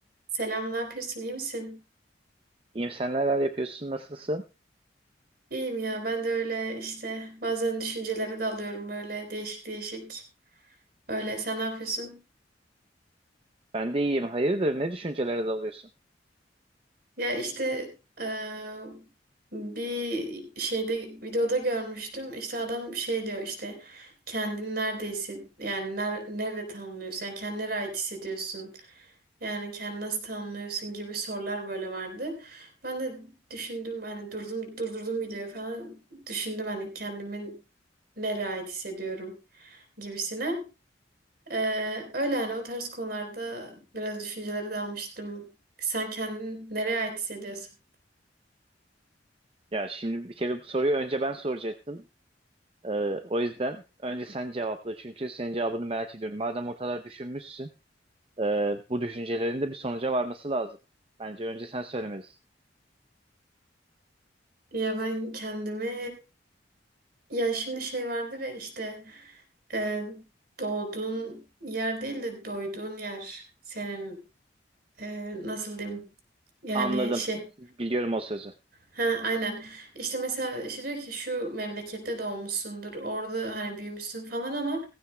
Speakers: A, on the right; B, on the right.
A: Selam, ne yapıyorsun? İyi misin?
B: İyiyim sen neler yapıyorsun nasılsın?
A: İyiyim ya, ben de öyle işte bazen düşüncelere dalıyorum böyle değişik değişik. Öyle sen ne yapıyorsun?
B: Ben de iyiyim. Hayırdır ne düşüncelere dalıyorsun?
A: Ya işte eee, bir şeyde videoda görmüştüm. İşte adam şey diyor işte kendini nerede hissed, yani ner nerede tanımlıyorsun? Yani kendine nereye ait hissediyorsun? Yani kendini nasıl tanımlıyorsun gibi sorular böyle vardı. Ben de düşündüm hani durdum durdurdum videoyu falan düşündüm hani kendimi nereye ait hissediyorum gibisine. Ee, öyle yani o tarz konularda biraz düşüncelere dalmıştım. Sen kendini nereye ait hissediyorsun?
B: Ya şimdi bir kere bu soruyu önce ben soracaktım. Ee, o yüzden önce sen cevapla. Çünkü senin cevabını merak ediyorum. Madem ortalar düşünmüşsün e, bu düşüncelerin de bir sonuca varması lazım. Bence önce sen söylemelisin.
A: Ya ben kendimi ya şimdi şey vardır ya işte e, doğduğun yer değil de doyduğun yer senin e, nasıl diyeyim yani
B: Anladım.
A: şey
B: Biliyorum o sözü.
A: Ha, aynen. İşte mesela işte diyor ki şu memlekette doğmuşsundur, orada hani büyümüşsün falan ama